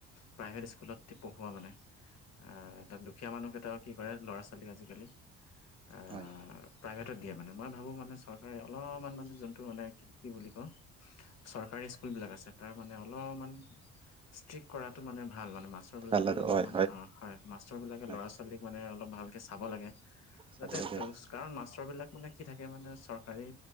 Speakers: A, on the left; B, on the right.
A: প্ৰাইভেট স্কুলত পঢ়োৱা মানে আহ এ দুখীয়া মানুহকেইটাও কি কৰে ল'ৰা ছোৱালী আজিকালি আহ
B: হয়,
A: প্ৰাইভেটত দিয়ে মানে মই ভাবো মানে চৰকাৰে অলপমান মানে যোনটো মানে কি কি বুলি ক চৰকাৰী স্কুল বিলাক আছে তাৰ মানে অলপমান ষ্ট্ৰিক কৰাটো মানে ভাল মানে ম মাষ্টৰবিলাকে
B: ভাল আৰু
A: অলপমান
B: হয়,
A: মানে হয় মাষ্টৰবিলাকে
B: হয়,
A: ল'ৰা ছোৱালীক মানে অলপ ভালকৈ চাব লাগে
B: চাব
A: যাতে
B: লাগে
A: কাৰণ মাষ্টৰ বিলাক মানে কি থাকে মে চৰকাৰী